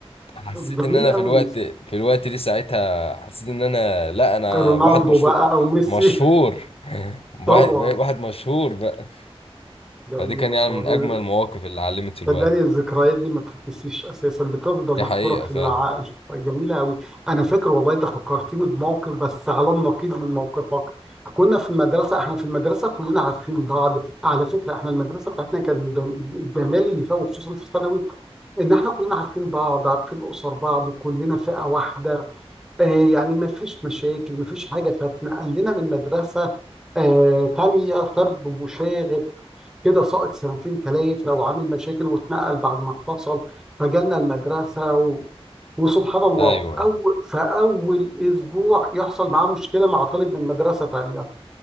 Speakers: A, on the left; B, in the centre.
A: حسيت
B: جميل
A: ان انا
B: قوي
A: في الوقت في الوقت دي ساعتها حسيت ان انا لا انا
B: رونالدو
A: واحد مشهور
B: بقى وميسي
A: مشهور <laughs>
B: <laughs> طبعا
A: واحد واحد مشهور بقى
B: جميل
A: فدي كان
B: والله
A: يعني من اجمل المواقف اللي علمت في الواحد
B: صدقني الذكريات دي ما بتتنسيش اساسا بتفضل
A: دي
B: محفوره
A: حقيقه
B: في
A: فعلا
B: العقل جميله قوي انا فاكر والله انت فكرتني بموقف بس على النقيض من موقفك كنا في المدرسه احنا في المدرسه كلنا عارفين بعض على فكره احنا المدرسه بتاعتنا كان جم- الجمالي اللي فيها وخصوصا في الثانوي ان احنا كلنا عارفين بعض عارفين اسر بعض كلنا فئه واحده آه يعني ما فيش مشاكل ما فيش حاجه فاتنقل لنا من مدرسه آه تانية سب وشاغل كده ساقط سنتين تلات لو عامل مشاكل واتنقل بعد ما اتفصل فجالنا المدرسة و... وسبحان الله
A: ايوه
B: في أول في أول أسبوع يحصل معاه مشكلة مع طالب من مدرسة تانية